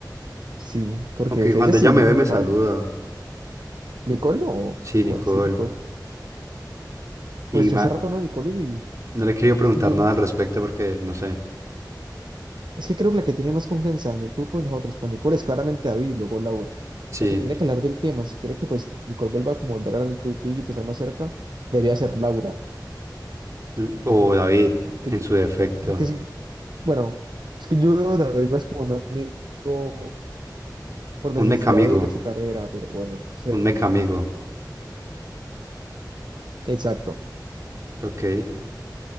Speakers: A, on the right (about 80°); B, on the right (about 45°).
A: Sí, porque
B: Aunque
A: ella
B: cuando
A: sí,
B: ella me ve me
A: o
B: saluda.
A: sea, licor o,
B: Sí, Nicole.
A: bueno, sí, licor.
B: Y
A: Pues
B: ma-
A: yo hace rato no licor y
B: no le he querido preguntar
A: es que yo,
B: nada
A: no-
B: al respecto porque no sé.
A: es que creo que la que tiene más confianza en el grupo de nosotros con licor es claramente David y luego Laura.
B: Sí.
A: ya que tendría que hablar del tema, si quiere que pues Nicole vuelva como volver al grupito, estar más cerca, debería ser Laura.
B: L- O David,
A: Porque
B: en
A: yo,
B: su defecto.
A: porque sí, bueno, es que yo veo a David más como un amigo por
B: Un
A: necesidad
B: mecamigo.
A: de él a su carrera, pero bueno, no sé,
B: Un
A: de
B: mecamigo.
A: pronto- Exacto,
B: Ok.